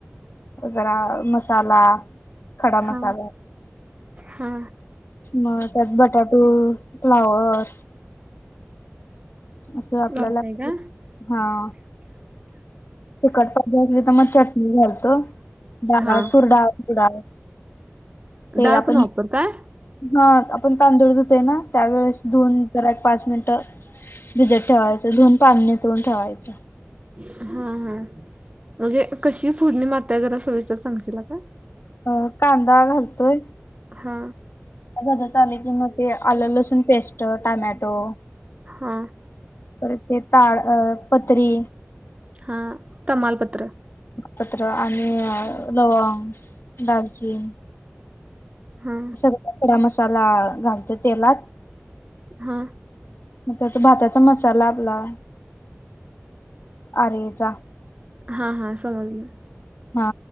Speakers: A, on the left; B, on the right.
A: जरा मसाला खडा
B: हा
A: मसाला
B: हा
A: मग त्यात बटाटो फ्लावर असं आपल्याला
B: वालताय का
A: हा तिखट तर मग चटणी घालतो डाळ
B: हा
A: चुर डाळ ड ते
B: डाळ
A: आपण
B: पण वापरताय
A: हा आपण तांदूळधतोय ना त्यावेेळेस धुन जरा एक पाच मिनिटं भिजत ठेवायचं धुून पाणी तुळून ठेवायचं
B: हा हा म्हणजे कशी फोडणी मारताय जरा सविस्तर सांगशीलील का
A: अ कांदा घालतोय
B: हा
A: भाजत आले की मग ते आलं लसूण पेस्ट टोमॅटो
B: हा
A: तर ते ताळ अ पतरी
B: हा तमालपत्र
A: पत्र आणि लवंग दालचीन
B: हा
A: सगळ खडा मसाला घालते तेलात
B: हा
A: मग त्याचा भाताचा मसाला आपला अरेचा
B: हा हा समजलं
A: हा